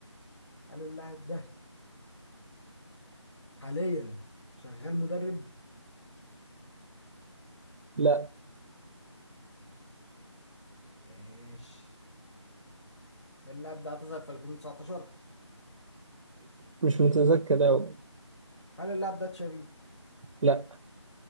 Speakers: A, on the left; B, on the right.
A: هل اللاعب ده حاليا شغال مدرب؟
B: لا
A: ماشي هل اللاعب ده اعتزل في 2019؟
B: مش متذكر أوي
A: هل اللاعب ده تشافي
B: لا